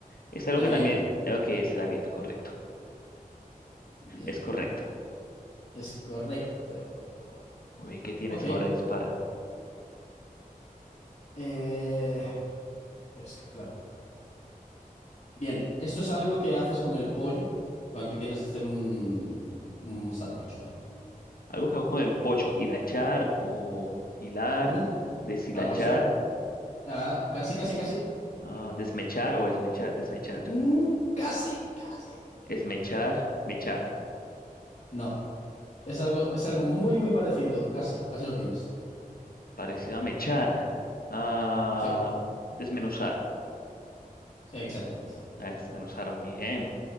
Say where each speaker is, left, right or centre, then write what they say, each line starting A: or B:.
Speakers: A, on the left (about 80°); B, on the left (about 50°).
A: es algo
B: el
A: que
B: aliento.
A: también, ok, es el aliento correcto,
B: Bien,
A: es correcto.
B: es correcto.
A: Muy bien, ¿qué tienes
B: Ok,
A: ahora? Dispara.
B: eh, pues que claro. Bien, esto es algo que haces con el pollo cuando te quieres hacer un, un sándwich o algo.
A: Algo que hago con el pocho, hilachar o hilar,
B: Mm,
A: deshilachar,
B: Algo así. Ah, casi, casi, casi.
A: ah, desmechar o esmechar, desmechar,
B: Mm, casi, casi.
A: esmechar, mechar.
B: No, es algo, es algo
A: Mm,
B: muy, muy parecido. Casi, casi lo tienes.
A: Parecido a mechar, a
B: Sí,
A: desmenuzar,
B: exactamente.
A: a desmenuzar bien.